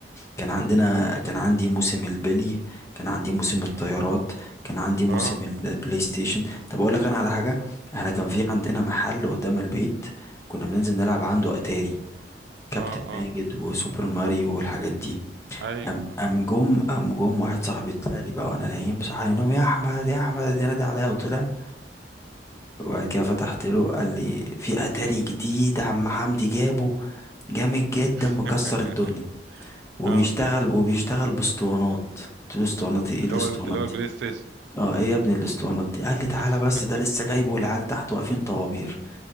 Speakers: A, on the left (about 15°); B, on the right (about 70°).
A: كان عندنا كان عندي موسم البلي كان عندي موسم
B: مم.
A: الطيارات كان عندي موسم
B: اه
A: البلاي ستيشن طب اقول لك انا على حاجه احنا كان
B: مم.
A: في عندنا محل قدام البيت كنا بننزل
B: مم.
A: نلعب عنده اتاري كابتن
B: اه
A: ماجد
B: اه
A: وسوبر ماريو والحاجات دي
B: ايوه
A: ام ام جم ام جم واحد صاحبي طلع لي بقى وانا نايم صح علي نام يا احمد يا احمد نادى عليا وطلع وبعد كده فتحت له قال لي في اتاري جديد عم حمدي جابه جامد جدا
B: <laughs>
A: مكسر الدنيا وبيشتغل
B: اه
A: وبيشتغل باسطوانات قلت له اسطوانات ايه إيه
B: اللي
A: الاسطوانات
B: هو اللي هو البلاي
A: دي
B: ستيشن
A: اه ايه يا ابني الاسطوانات دي قال لي تعالى
B: <laughs>
A: بس ده لسه جايبه والعيال تحت واقفين طوابير